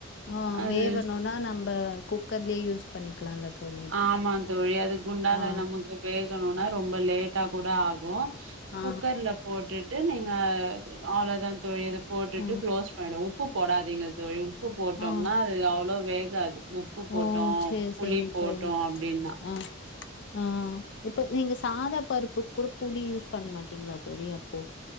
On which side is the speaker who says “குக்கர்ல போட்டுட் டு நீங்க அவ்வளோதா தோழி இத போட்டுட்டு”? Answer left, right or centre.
Right